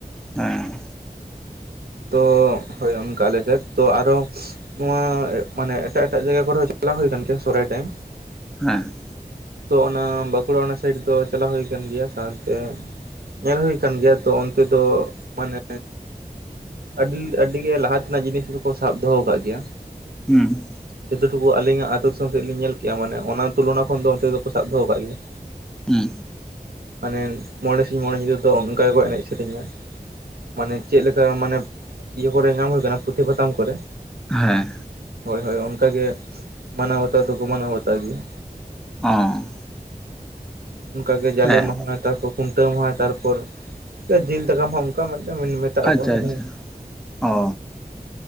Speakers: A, in the centre; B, on the right.
A: ᱦᱮᱸ᱾
B: ᱛᱚ ᱦᱳᱭ ᱚᱱᱠᱟ ᱟᱞᱮ ᱥᱮᱫ ᱛᱚ᱾ ᱟᱨᱚ ᱱᱚᱣᱟ ᱢᱟᱱᱮ ᱮᱴᱟᱜ-ᱮᱴᱟᱜ ᱡᱟᱭᱜᱟ ᱠᱚᱨᱮ ᱦᱚᱸ ᱪᱟᱞᱟᱣ ᱦᱩᱭ ᱟᱹᱠᱟᱱ ᱜᱮᱭᱟ ᱥᱚᱨᱦᱟᱭ ᱴᱟᱭᱤᱢ᱾
A: ᱦᱮᱸ
B: ᱛᱚ ᱚᱱᱟ ᱵᱟᱸᱠᱩᱲᱟ ᱚᱱᱟ ᱥᱟᱭᱤᱰ ᱫᱚ, ᱪᱟᱞᱟᱣ ᱦᱳᱭ ᱠᱟᱱ ᱜᱮᱭᱟ ᱥᱟᱶᱛᱮ ᱧᱮᱞ ᱦᱳᱭ ᱠᱟᱱ ᱜᱮᱭᱟ, ᱛᱚ ᱚᱱᱛᱮ ᱫᱚ ᱢᱟᱱᱮ ᱟᱹᱰᱤ-ᱟᱹᱰᱤ ᱜᱮ ᱞᱟᱦᱟ ᱛᱮᱱᱟᱜ ᱡᱤᱱᱤᱥ ᱠᱚᱠᱚ, ᱥᱟᱵ ᱫᱚᱦᱚ ᱠᱟᱫ ᱜᱮᱭᱟ᱾
A: ᱦᱩᱸ,
B: ᱡᱚᱛ ᱴᱩᱠᱩ ᱟᱞᱤᱧᱟᱜ, ᱟᱹᱛᱳ ᱫᱤᱥᱚᱢ ᱥᱮᱜ ᱞᱤᱧ ᱧᱮᱞ ᱠᱮᱜᱼᱟ ᱢᱟᱱᱮ ᱚᱱᱟ ᱛᱩᱞᱚᱱᱟ ᱠᱷᱚᱱ ᱫᱚ, ᱚᱱᱛᱮ ᱫᱚᱠᱚ ᱥᱟᱵ ᱫᱚᱦᱚ ᱠᱟᱜ ᱜᱮᱭᱟ᱾
A: ᱦᱩᱸ
B: ᱢᱟᱱᱮ ᱢᱚᱬᱮ ᱥᱤᱧ ᱢᱚᱬᱮ ᱧᱤᱫᱟᱹ ᱫᱚ, ᱚᱝᱠᱟ ᱜᱮᱠᱚ ᱮᱱᱮᱡ ᱥᱮᱨᱮᱧᱟ, ᱢᱟᱱᱮ ᱪᱮᱫ ᱞᱮᱠᱟ ᱚᱝᱠᱟ ᱢᱟᱱᱮ ᱤᱭᱟᱹ ᱠᱚᱨᱮ ᱧᱟᱢ ᱦᱳᱭ ᱠᱟᱱᱟ, ᱯᱩᱛᱷᱤ ᱯᱟᱛᱷᱟᱢ ᱠᱚᱨᱮ᱾
A: ᱦᱮᱸ,
B: ᱦᱳᱭ-ᱦᱳᱭ ᱚᱱᱠᱟᱜ ᱜᱮ, ᱢᱟᱱᱟᱣ ᱵᱟᱛᱟᱣ ᱫᱚᱠᱚ, ᱢᱟᱱᱟᱣ ᱵᱟᱛᱟᱣ ᱜᱮᱭᱟ᱾
A: ᱦᱮᱸ,
B: ᱚᱱᱠᱟᱜ ᱜᱮ ᱡᱟᱞᱮ
A: ᱦᱮᱸ
B: ᱢᱟᱦᱟ, ᱛᱟᱯᱚᱨ ᱠᱷᱩᱱᱴᱟᱹᱣ ᱢᱟᱦᱟ ᱛᱟᱨᱯᱚᱨ ᱡᱤᱞ ᱫᱟᱠᱟᱢ ᱢᱟᱦᱟ ᱚᱱᱠᱟ ᱢᱤᱫᱴᱮᱱ ᱢᱮᱱ ᱢᱮᱛᱟᱜ
A: ᱟᱪᱪᱷᱟ
B: ᱟᱠ ᱦᱩ,
A: ᱟᱪᱪᱷᱟ ᱚ